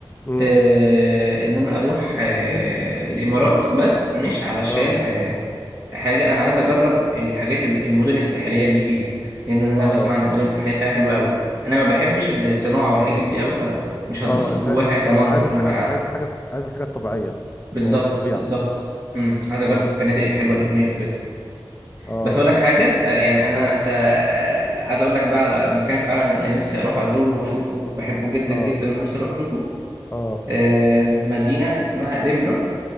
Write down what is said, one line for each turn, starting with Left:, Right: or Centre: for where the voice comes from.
Left: امم
Right: آه ان انا اروح آه الامارات بس مش علشان
Left: اه
Right: آه، حاجه انا عايز اجرب الحاجات الم- المدن الساحليه اللي فيها لان انا
Left: اه
Right: بسمع ان المدن الساحليه فيها حلوه قوي انا ما بحبش الصناعه والحاجات دي قوي فمش هتبسط
Left: اه
Right: جواها
Left: انت عاي-
Right: كمنظر
Left: عايز الحاجة
Right: انا بقى
Left: عايز الحاجة عايز الحاجة الطبيعية
Right: بالظبط
Left: يعني الطبيعة
Right: بالظبط امم عايز اجرب
Left: اه
Right: الفنادق الحلوه اللي هناك وكده
Left: اه
Right: بس اقول لك حاجه آه، يعني انا
Left: اي
Right: انت آه، عايز اقول لك بقى على المكان فعلا اللي نفسي اروح ازوره واشوفه بحبه جدا
Left: اه
Right: جدا ونفسي اروح اشوفه
Left: اه
Right: آه، مدينه اسمها ادنبرا